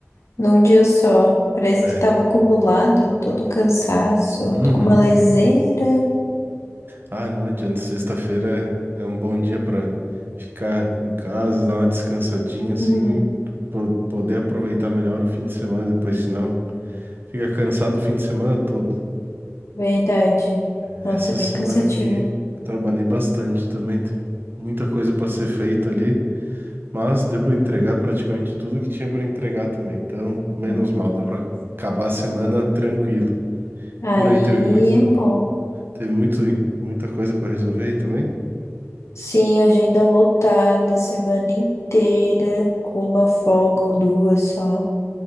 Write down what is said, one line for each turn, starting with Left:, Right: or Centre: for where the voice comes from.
Left: Num dia só. Parece
Right: É.
Left: que tava acumulado todo o cansaço.
Right: Uhum.
Left: Tô com uma leseira.
Right: Ah, não adianta. Sexta-feira é é um bom dia para ficar em casa, dar uma descansadinha assim,
Left: Uhum,
Right: po- poder aproveitar melhor o fim de semana depois, senão fica cansado o fim de semana todo.
Left: Verdade.
Right: Essa
Left: Nossa, é bem
Right: semana
Left: cansativo.
Right: aqui trabalhei bastante também, tem muita coisa para ser feita ali, mas deu para entregar praticamente tudo que tinha para entregar também. Então, menos
Left: Hum.
Right: mal, dá para acabar a semana tranquilo.
Left: Aí,
Right: Por aí teve muito,
Left: é bom.
Right: teve muito, muita coisa para resolver aí também.
Left: Sim, agenda lotada, semana inteira, com uma folga ou duas só.